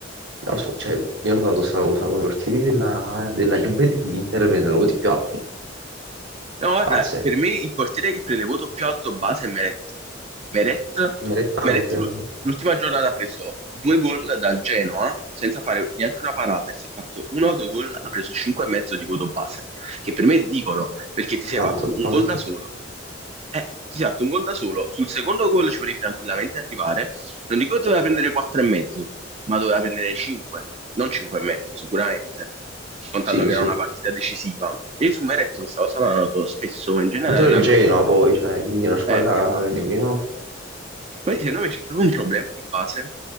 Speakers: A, on the right (about 70°); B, on the right (about 35°).
A: non lo so, cioè, io ho notato questa cosa, con i portieri della, della Juve e dell'Inter prendono voti più alti,
B: No, guarda,
A: base.
B: per me il portiere che prende voto più alto base è Meret. Meret,
A: Meretta
B: Meret
A: anche.
B: l'u- l'ultima giornata ha preso due gol dal Genoa senza fare neanche una parata e si è fatto
A: <clears throat>
B: un autogol, ha preso 5,5 di voto base, che per me è ridicolo, perché ti sei
A: Tanto,
B: fatto un
A: tanto.
B: gol da solo. Eh, ti sei fatto un gol da solo, sul secondo gol ci potevi tranquillamente arrivare Non dico che doveva prendere 4,5, ma doveva prendere 5, non 5,5 sicuramente, contando
A: Sì,
B: che
A: sì.
B: era una partita decisiva. E su Meret questa cosa l'hanno notato spesso, ma in generale
A: Contro il
B: l'hanno...
A: Genoa poi, cioè, quindi una squadra
B: Eh, esatto.
A: che nemmeno...
B: Poi secondo me c'è proprio un problema di base